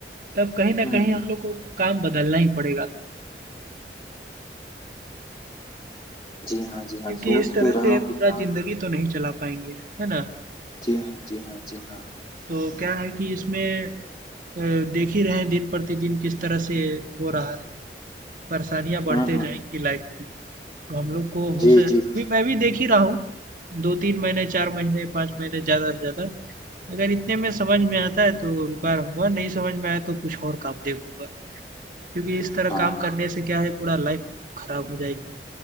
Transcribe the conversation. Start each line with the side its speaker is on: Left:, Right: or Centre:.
Right: तब कहीं ना
Left: हम्म
Right: कहीं
Left: हम्म,
Right: हम लोग को काम बदलना ही पड़ेगा
Left: जी हाँ जी हाँ
Right: क्योंकि
Left: सोच
Right: इस तरह
Left: तो
Right: से
Left: रहा हूँ
Right: पूरा
Left: कि काम
Right: जिंदगी तो नहीं चला पाएंगे है ना
Left: जी हाँ जी हाँ जी हाँ
Right: तो क्या है कि इसमें अ, देख ही रहे हैं दिन प्रतिदिन किस तरह से हो रहा है परेशानियाँ बढ़ते
Left: हम्म हम्म
Right: जाएँगी लाइफ की। तो हम लोग को हो
Left: जी
Right: स
Left: जी
Right: अभी
Left: जी
Right: मैं भी देख ही रहा हूँ, 2-3 महीने, 4 महीने, 5 महीने ज़्यादा से ज़्यादा। अगर इतने में समझ में आता है तो रुका रहूँगा, नहीं समझ में आया तो कुछ और काम देखूँगा। क्योंकि इस तरह
Left: हाँ
Right: काम करने से क्या है पूरा लाइफ खराब हो जाएगी।